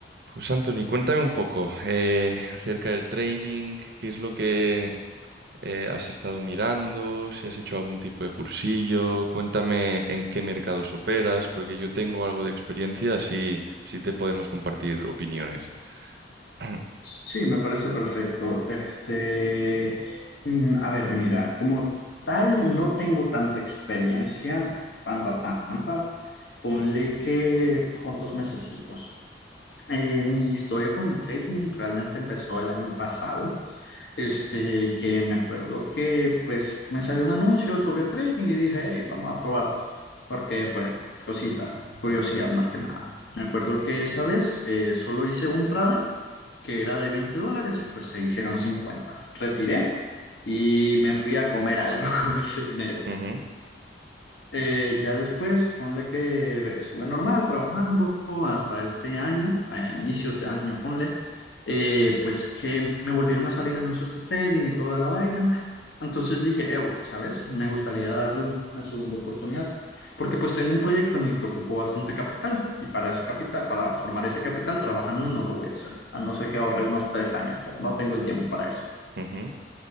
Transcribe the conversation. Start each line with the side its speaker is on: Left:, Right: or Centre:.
Right: Pues Anthony, cuéntame un poco eh, acerca del trading, qué es lo que eh, has estado mirando, si has hecho algún tipo de cursillo, cuéntame en qué mercados operas, porque yo tengo algo de experiencia, así, así te podemos compartir opiniones. <clears throat>
Left: Sí, me parece perfecto. Este, mm, a ver, mira, como tal no tengo tanta experiencia, tanta, tanta. Ponle que cuántos mesecillos. Eh, mi historia con el trading realmente empezó el año pasado. Este, que me acuerdo que pues me salió un anuncio sobre trading y dije, hey, vamos a probar, porque pues cosita, curiosidad más que nada. Me acuerdo que esa vez eh, solo hice un trade que era de 20 dólares y pues se hicieron cincuenta Retiré y me fui a comer algo <laughs> con ese dinero.
Right: Ujú,
Left: Eh, ya después, ponle que estuve normal trabajando hasta este año, a inicios de año, ponle, eh, pues que me volvieron a salir anuncios de trading y toda la vaina. Entonces dije, "Ew, ¿sabes? Me gustaría darle un- una segunda oportunidad, porque pues tengo un proyecto en el que ocupo bastante capital y para ese capital, para formar ese capital trabajando no lo voy a hacer, a no ser que ahorre unos tres años, pero no tengo el tiempo para eso.
Right: ujú.